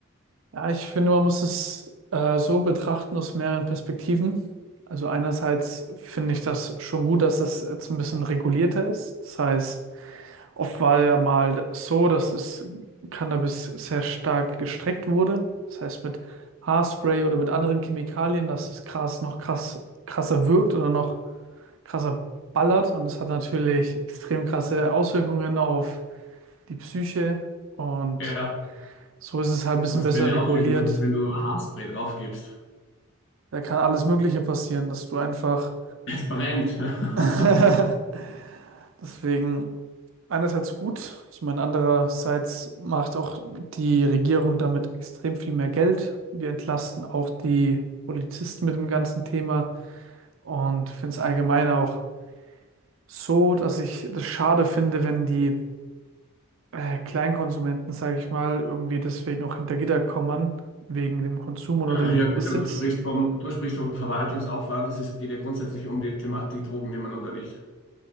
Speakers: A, on the right; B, on the left.
A: Ja, ich finde, man muss es äh, so betrachten aus mehreren Perspektiven. Also einerseits finde ich das schon gut, dass das jetzt ein bisschen regulierter ist. Das heißt, oft war ja mal so, dass das Cannabis sehr stark gestreckt wurde. Das heißt, mit Haarspray oder mit anderen Chemikalien, dass das Gras noch krass, krasser wirkt oder noch krasser ballert. Und es hat natürlich extrem krasse Auswirkungen auf die Psyche. Und
B: Ja,
A: so ist es halt ein bisschen
B: was
A: besser
B: für eine
A: reguliert
B: Auswirkung hat es, wenn du Haarspray drauf gibst?
A: Da kann alles Mögliche passieren, dass du einfach.
B: Es brennt. <laughs>
A: <laughs> Deswegen einerseits gut, ich meine, andererseits macht auch die Regierung damit extrem viel mehr Geld. Wir entlasten auch die Polizisten mit dem ganzen Thema und finde es allgemein auch so, dass ich das schade finde, wenn die äh, Kleinkonsumenten, sage ich mal, irgendwie deswegen auch hinter Gitter kommen, wegen dem Konsum oder
B: Ja
A: dem
B: gut,
A: Besitz.
B: aber du sprichst vom, du sprichst vom Verwaltungsaufwand. Es ist- geht ja grundsätzlich um die Thematik Drogen nehmen oder nicht.